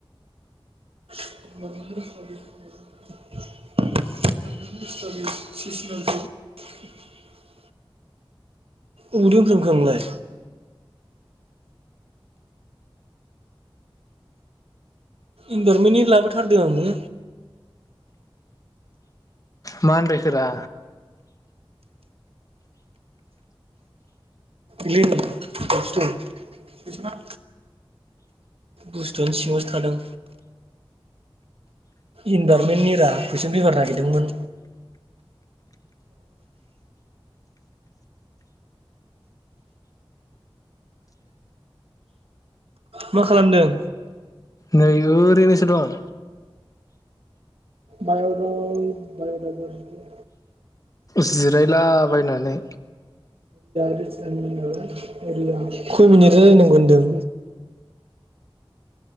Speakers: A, on the right (about 85°); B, on the left (about 35°).
A: <inaudible> उबाव दोनफ्रांखो आंलाय इनभारमेन्टनि लाबोथारदों आङो
B: मा आनदायखोरा
A: इलाय नै बेयावसो दं बुस्थुवानो सिङावसो थादों। इनभारमेन्टनि रा कुइसन फेफार नागिरदोंमोन मा खालामदों?
B: नै ओरैनोसो दं
A: बाय' डाइ बाय'डाइभारसिटि
B: जिरायलाबायनानै
A: खय मिनिट रायलायनांगौ होनदों?